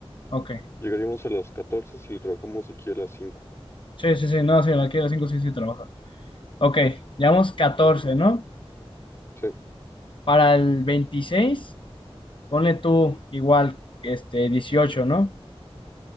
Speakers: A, on the left; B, on the left.
A: ok.
B: Llegaríamos a las 14 si le trabajamos aquí a las 5.
A: Sí, sí, sí, no, sí, aquí a las 5 sí, sí trabaja. Ok, llevamos catorce
B: Ujú.
A: ¿no?
B: Sí.
A: Para el 26 ponle tú igual, este, dieciocho ¿no?